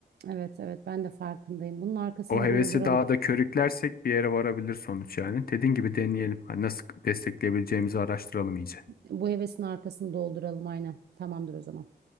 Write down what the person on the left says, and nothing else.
O hevesi
daha da körüklersek bir yere varabilir sonuç yani. Dediğin gibi deneyelim. Hani nasıl destekleyebileceğimizi araştıralım iyice.